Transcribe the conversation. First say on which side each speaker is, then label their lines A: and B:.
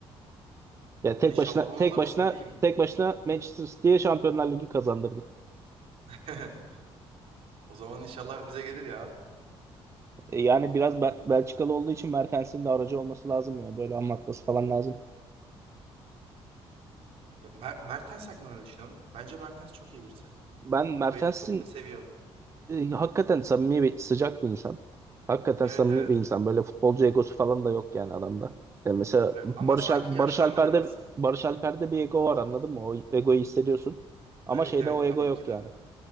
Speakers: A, on the right; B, on the right.
A: O
B: Ya
A: zaman
B: tek
A: inşallah
B: başına
A: onu
B: tek
A: alırız
B: başına
A: ne diyeyim.
B: tek başına Manchester City'ye Şampiyonlar Ligi kazandırdı.
A: <laughs> O zaman inşallah bize gelir ya.
B: E, yani biraz Bel- Belçikalı olduğu için Mertens'in de aracı olması lazım ya. Böyle anlatması falan lazım.
A: Ya Mer- Mertens hakkında ne düşünüyorsun? Bence Mertens çok iyi birisi.
B: Ben Mertens'in
A: Ve çok da seviyor.
B: e, hakikaten samimi bir, sıcak bir insan. Hakikaten
A: Evet
B: samimi
A: evet.
B: bir insan. Böyle futbolcu egosu falan da yok yani adamda. E, mesela
A: Evet
B: Barış,
A: ama sanki
B: Al-
A: yaşlandı
B: Barış Alper'de
A: biraz.
B: Barış Alper'de bir ego var anladın mı? O egoyu hissediyorsun. Ama
A: Evet
B: şeyde
A: evet
B: o ego
A: tabii
B: yok
A: ki de.
B: yani.